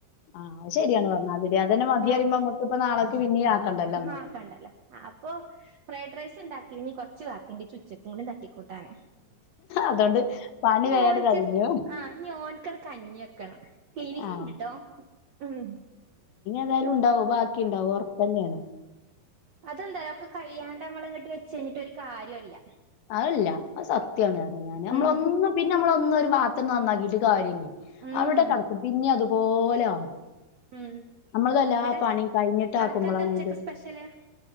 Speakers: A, on the left; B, on the right.
A: ആഹ് അത് ശരിയാണ് പറഞ്ഞേ അത് രെ <unintelligible>
B: ആഹ്
A: <unintelligible> നമുക്കിപ്പ നാളെക്ക് പിന്നയും ആക്കണ്ടല്ല എന്ന
B: ആഹ് കണ്ടല്ലോ അപ്പൊ ഫ്രൈഡ് റൈസ് ഇണ്ടാക്കി ഇനി കൊറച്ച് വാക്കിണ്ട് ചുച്ചക്കും കൂടി തട്ടി കൂട്ടാനാ
A: അതോണ്ട് പണി
B: ഇനി
A: വേഗണ്ട്
B: ഓനിക്ക്
A: കഴിഞ്ഞു
B: ആ ഇനി ഓനിക്കെട് കഞ്ഞി വെക്കണം ക്ലിനക്ക്
A: ആഹ്
B: ഇണ്ടിട്ടോ ഉം
A: ന്താലും ഉണ്ടാവും ബാക്കിണ്ടാവും ഉറപ്പ് ന്നെയാണ്
B: അതെന്താരൊ ഒക്കെ കയ്യാണ്ട് നമ്മള ഇങ്ങട്ട് വച്ച് കഴിഞ്ഞിട്ട് ഒരു കാര്യോല്ല
A: അതല്ല അത് സത്യന്ന് പറ ഞാന് നമ്മളൊന്ന്
B: ഉം
A: പിന്നെ നമ്മള ഒന്നും ഒരു വാത്തംന്ന നന്നാക്കിയിട്ട് കാര്യല്ല
B: ഉം
A: അവിടെ കടക്കും പിന്നെ അത് പോലെ ആകും
B: ഉം
A: നമ്മളതെല്ലാ
B: ഇന്നട്ട്
A: പണിയും കഴിഞ്ഞിട്ടാക്കുമ്പളാണ്
B: അണക്കെന്താ ഉച്ചക്ക്
A: അതിന്റെത്
B: സ്പെഷ്യല്